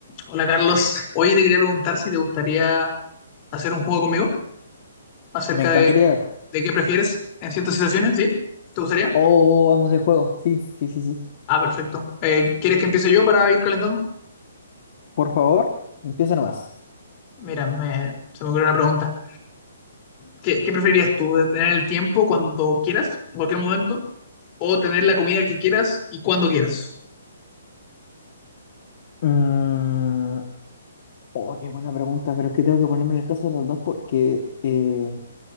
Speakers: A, on the left; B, on the left.
A: Hola Carlos, hoy te quería preguntar si te gustaría hacer un juego conmigo acerca
B: Me encantaría.
A: de, de qué prefieres en ciertas situaciones, ¿sí? ¿Te gustaría?
B: Oh, vamos de juego. Sí, sí, sí, sí.
A: Ah, perfecto. Eh, ¿quieres que empiece yo para ir calentando?
B: Por favor, empieza nomás.
A: Mira, me- se me ocurrió una pregunta. ¿Qué, qué preferirías tú? ¿Tener el tiempo cuando quieras, en cualquier momento? ¿O tener la comida que quieras y cuando quieras?
B: Mm, oh, qué buena pregunta, pero es que tengo que ponerme en el caso de las dos porque eh,